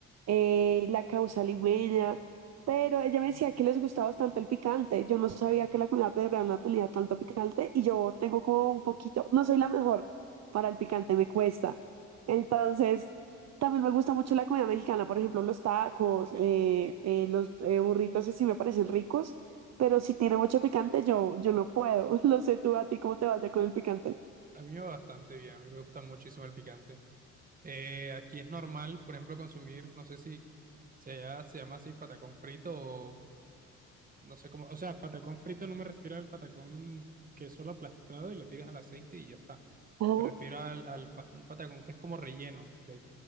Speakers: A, on the right (about 60°); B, on the right (about 30°).
A: eh, la causa limeña, pero ella me decía que les gustaba bastante el picante. Yo no sabía que la comida peruana tenía tanto picante y yo tengo como un poquito, no soy la mejor para el picante, me cuesta. Entonces... También me gusta mucho la comida mexicana, por ejemplo, los tacos, eh, eh, los eh, burritos, sí me parecen ricos, pero si tiene mucho picante, yo, yo no puedo. <laughs> No sé tú a ti cómo te vaya con el picante.
B: A mí me va bastante bien, a mí me gusta muchísimo el picante. Eh, aquí es normal, por ejemplo, consumir, no sé si se llama, se llama así patacón frito o no sé cómo, o sea, patacón frito no me refiero al patacón que es solo aplastado y lo tiras al aceite y ya está.
A: Ajá.
B: Me refiero al, al pa- un patacón que es como relleno de,